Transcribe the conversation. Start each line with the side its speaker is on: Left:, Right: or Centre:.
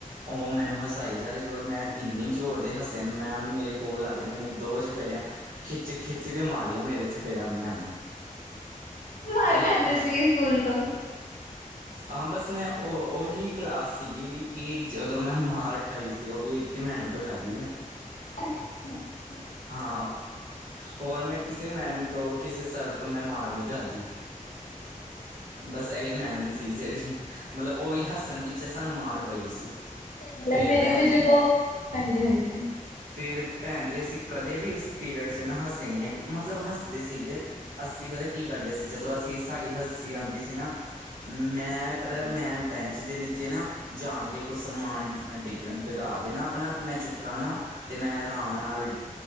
Right: ਉਹ ਮੈਨੂੰ ਹਸਾਈ ਯਾਰੇ ਜੋਰ ਮੈ ਇਨੇ ਜੋਰਦੇ ਹੱਸੇ ਮੈਮ ਮੇਰੇ ਕੋਲ ਆ ਕੇ ਮੈਨੂੰ ਦੋ ਚਪੇੜਿਆਂ ਖਿੱਚ-ਖਿੱਚ ਕੇ ਮਾਰੀਆਂ ਮੇਰੇ ਚਪੇੜਾ ਮੈਮ ਨੇ
Left: ਮਾਰ
Right: ਤੇ
Left: ਖਾਂਦੇ
Right: ਉਹ
Left: ਸੀ ਸਕੂਲ ਤੋ।
Right: ਹਾਂ ਬਸ ਮੈ ਉਹ ਉਹੀ ਕਲਾਸ ਸੀਗੀ ਕਿ ਜਦੋ ਮੈ ਮਾਰਕ ਖਾਈ ਸੀ ਉਹ ਵੀ ਇਕ ਈ ਮੈਡਮ ਤੋ ਖਾਧੀ ਮੈ
Left: ਹੂੰ,
Right: ਹਾਂ, ਹੋਰ ਮੈ ਕਿਸੇ ਮੈਡਮ ਤੋ ਕਿਸੇ ਸਰ ਤੋ ਮੈ ਮਾਰ ਨੀ ਖਾਧੀ। ਬਸ ਇਹੀ ਮੈਡਮ ਸੀ ਜਿਹੜੀ ਮਤਲਬ ਉਹ ਵੀ ਹੱਸਣ ਪਿੱਛੇ ਸਾਨੂੰ ਮਾਰ ਪਈ ਸੀ।
Left: ਸਹੀ ਗੱਲ
Right: ਫੇਰ
Left: ਐ, ਮੇਰੇ
Right: ਭੈਣ
Left: ਵੀ
Right: ਜੀ
Left: ਜਦੋ ਹਾਂਜੀ-ਹਾਂਜੀ
Right: ਫੇਰ ਭੈਣ ਜੀ ਅਸੀ ਕਦੇ ਵੀ ਉਸ ਪੀਰਅਡ ਨਾ ਹੱਸੇ ਨਈ ਹੈਗੇ ਮਤਲਬ ਹੱਸਦੇ ਸੀਗੇ। ਅਸੀ ਪਤਾ ਕੀ ਕਰਦੇ ਸੀ ਜਦੋ ਅਸੀ ਸਾਡੀ ਹੱਸੀ ਆਦੀ ਸੀ ਨਾ ਮੈ ਪਤਾ ਮੈ ਬੈਂਚ ਦੇ ਨੀਚੇ ਨਾ ਜਾਣ ਕੇ ਕੁਛ ਸਮਾਨ ਡਿਗ ਡਗਾ ਦੇਣਾ ਆਪਣਾ। ਮੈਂ ਚੁੱਕਾਂ ਨਾ, ਤੇ ਮੈਂ ਅਰਾਮ ਨਾਲ਼।